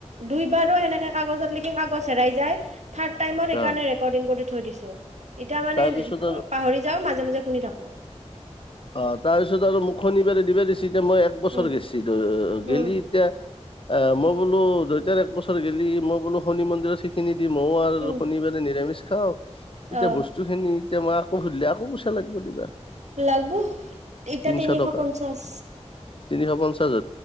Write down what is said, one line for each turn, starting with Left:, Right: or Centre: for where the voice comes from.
Right: দুইবাৰো সেনেকে কাগজত লিখি কাগজ হেৰাই যায়। থাৰ্ড টাইমত সেইকাৰণে
Left: অ
Right: ৰেকৰ্ডিং কৰি থৈ দিছোঁ এতিয়া মানে
Left: তাৰপিছত আৰু
Right: পাহৰি যাও মাজে মাজে শুনি থাকো
Left: অ তাৰপিছত আৰু মোক শনিবাৰে দিবা দিছি এতিয়া মই এক বছৰ
Right: উম
Left: গেছিলো
Right: উম
Left: গেলি এতিয়া এ মই বোলো দুইতাৰ এক বছৰ গেলি মই বোলো শনি মন্দিৰত সেই খিনি দি ময়ো আৰু
Right: উম
Left: শনিবাৰে নিৰামিষ খাওঁ।
Right: অ
Left: এতিয়া বস্তুখিনি এতিয়া মই আকৌ সুধিলে আকৌ পইচা লাগিব দিবা
Right: লাগব, এতিয়া
Left: তিনশ
Right: তিনিশ
Left: টকা
Right: পঞ্চাশ।
Left: তিনিশ পঞ্চশ